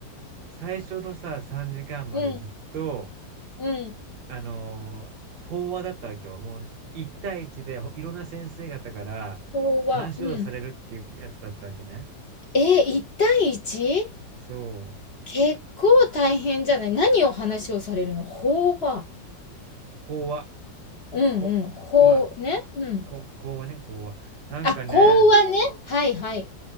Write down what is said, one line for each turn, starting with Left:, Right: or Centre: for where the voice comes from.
Right: 最初のさ、3時間までずっと、
Left: うん、うん。
Right: あのー、講話だったわけよ。もう、一対一でほいろんな先生方から話をされるっていうやつだったわけね。
Left: ここは、うん。えー、1対 1?
Right: そ
Left: 結構大変じゃない何を話をされるの法話。
Right: う。講話。
Left: うんうん。
Right: こ、
Left: 法、
Right: まあ、
Left: ね。うん。
Right: こ、講話ね、講話。なんかね、
Left: あ、講話ね。はいはい。